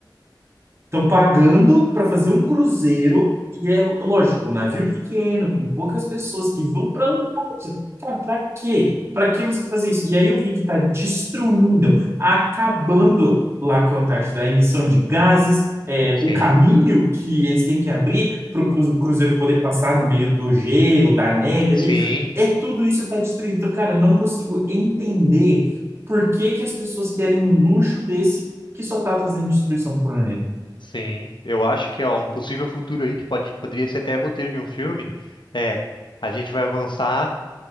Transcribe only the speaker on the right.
Estão pagando para fazer um cruzeiro, e é lógico, um navio pequeno, com poucas pessoas que vão para a Antártida. Cara, para quê? Para que você fazer isso? E aí eu vi que está destruindo, acabando lá com a Antártida, a emissão de gases, é,
o caminho que eles têm que abrir para o cruzeiro poder passar no meio do gelo, da neve
ali. É tudo isso está destruindo. Então, cara, eu não consigo entender por que que as pessoas querem um luxo desse que só está trazendo destruição para o planeta.